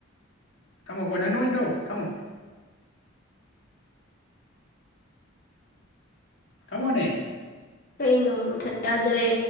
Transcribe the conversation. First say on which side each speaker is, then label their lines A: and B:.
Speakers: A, on the left (about 65°); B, on the left (about 45°).
A: ꯊꯝꯃꯣ ꯀꯣ ꯅꯪ ꯅ ꯑꯣꯏꯅꯥ ꯇꯧ ꯊꯝꯃꯣ ꯊꯝꯃꯣꯅꯦ
B: ꯀꯩ ꯅꯣ ꯃꯨꯊꯥꯠꯌꯗ꯭ꯔꯦ